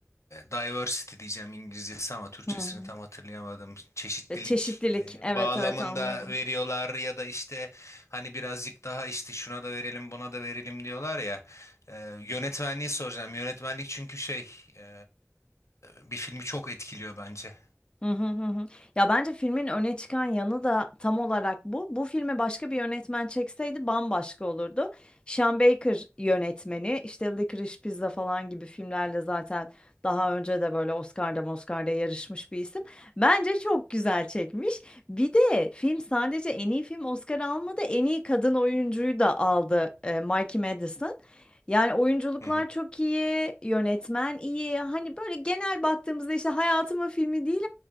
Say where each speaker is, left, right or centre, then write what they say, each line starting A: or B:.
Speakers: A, on the left; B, on the left.
A: diversity diyeceğim İngilizcesi ama Türkçesini
B: Hı.
A: tam hatırlayamadım. Çeşitlilik
B: Ya çeşitlilik.
A: eee,
B: Evet
A: bağlamında
B: evet anladım.
A: veriyorlar ya da işte hani birazcık daha işte şuna da verelim buna da verelim diyorlar ya. Eee, yönetmenliği soracağım. Yönetmenlik çünkü şey eee, bir filmi çok etkiliyor bence.
B: Hı hı hı. hı. Ya bence filmin öne çıkan yanı da tam olarak bu. Bu filme başka bir yönetmen çekseydi bambaşka olurdu. Sean Baker yönetmeni işte Licorice Pizza falan gibi filmlerle zaten daha önce de böyle Oscar'da Oscar'da yarışmış bir isim. Bence çok güzel çekmiş. Bir de film sadece en iyi film Oscar almadı, en iyi kadın oyuncuyu da aldı e, Mikey Madison. Yani oyunculuklar
A: Hı hı.
B: çok iyi, yönetmen iyi. Hani böyle genel baktığımızda işte hayatımın filmi değil